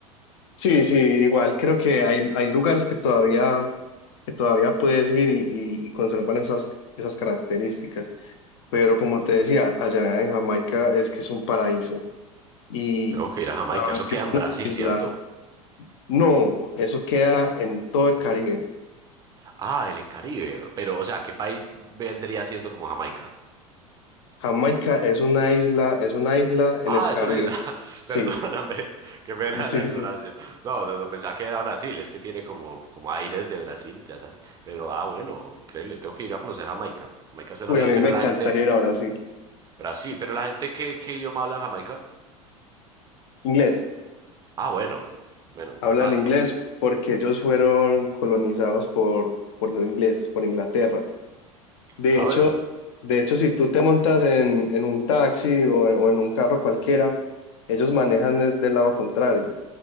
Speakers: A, on the left; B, on the right.
A: Sí, sí, igual creo que hay, hay lugares que todavía, que todavía puedes ir y, y- y conservan esas, esas características. Pero
B: Te-
A: como te decía, allá en Jamaica es que es un paraíso. Y
B: Tengo que ir a Jamaica.
A: a
B: Eso
A: ver qué
B: queda en Brasil,
A: isla.
B: ¿cierto?
A: No, eso queda en todo el Caribe.
B: Ah, en el Caribe. Pero, o sea, ¿qué país vendría siendo como Jamaica?
A: Jamaica es una isla, es una isla en
B: Ah,
A: el Caribe.
B: es una isla. <laughs>
A: Sí,
B: Perdóname, <laughs> qué pena
A: sí,
B: la ignorancia.
A: sí.
B: No, no, no, pensaba que era Brasil, es que tiene como, como aires de Brasil, ya sabes. Pero ah, bueno, increíble, tengo que ir a conocer Jamaica. Jamaica suena
A: Uy,
B: bien,
A: a mí
B: pero
A: me
B: la
A: encantaría
B: gente,
A: ir a Brasil.
B: Brasil, pero la gente, ¿qué, qué idioma habla en Jamaica?
A: Inglés,
B: Ah, bueno, bueno,
A: hablan
B: menos mal,
A: inglés
B: porque.
A: porque ellos fueron colonizados por, por los ingleses, por Inglaterra. De
B: Ah,
A: hecho,
B: bueno, me-
A: De hecho, si tú te montas en, en un taxi o, en o en un carro cualquiera, ellos manejan es del lado contrario,